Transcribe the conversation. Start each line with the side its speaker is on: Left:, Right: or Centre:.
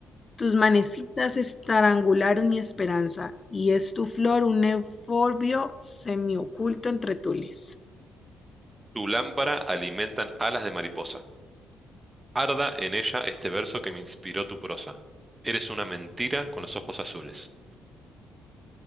Left: Tus manecitas estrangularon mi esperanza, y es tu flor un euforbio semioculto entre tules.
Right: Tu lámpara alimentan alas de mariposa. Arda en ella este verso que me inspiró tu prosa. Eres una mentira con los ojos azules.